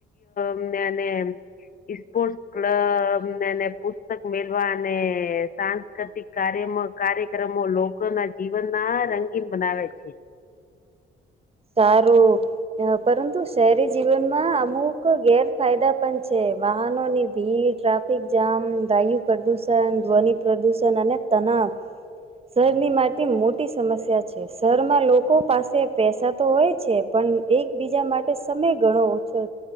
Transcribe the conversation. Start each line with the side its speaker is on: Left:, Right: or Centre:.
Left: મને પોર્ટ ક્લબને પુસ્તક મેલવા અને સા સાતિક કાર્ય કાર્યક્રમો લોકો ના જીવન ના રંગીન બનાવે છે.
Right: સારું. પરંતુ શહેરી જીવનમાં અમુક ગેરફાયદા પણ છે, વાહનો ની ભીડ ટ્રાફિક જામ વાયુ પ્રદૂષણ ધ્વનિ પ્રદુષણ અને તનાવ. શહેરની માટેટી મોટી સમસ્યા છે. શરમાં લોકો પાસે પૈસા. તો હોય છે. પણ એકબીજા માટે સમય ગણો ઓછો